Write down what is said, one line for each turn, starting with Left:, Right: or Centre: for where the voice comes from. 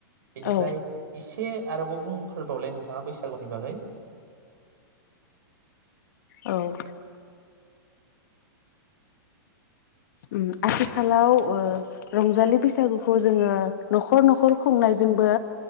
Right: बेनिफ्राय
Left: औ
Right: इसे आरोबाव बुंफोरबावलाय नों। नोंथांङा बैसागुनि बागै।
Left: औ। उम आथिखालाव ओ रंजालि बैसागुखौ जोंङो न'खर न'खर खुंनायजोंबो